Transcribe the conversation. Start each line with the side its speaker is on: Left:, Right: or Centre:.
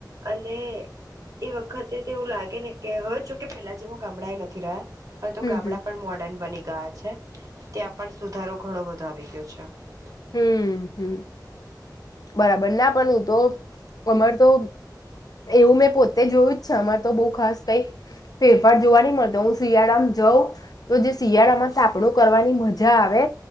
Right: અને એ વખતે તે એવું લાગે ને કે હોવે જોકે પેલા જેવું ગામડા એ નથી રહ્યા. હવે તો
Left: હમ
Right: ગામડા
Left: હમ
Right: પણ મોડર્ન બની ગયા. ગા છે. ત્યાં પણ સુધારો ઘણો બધો આવી ગયો છે. <unintelligible>
Left: હમ્મ હમ્મ હમ્મ બરાબર, ના પણ હું તો અમાર તો એવું મેં પોતે જોયું જ છે. અમાર તો બઉ ખાસ કઈ ફેરફાર જોવા નહી મળતો. હું શિયાળામાં જાઉં તો જે શિયાળામાં સાાપડું કરવાની મજા આવે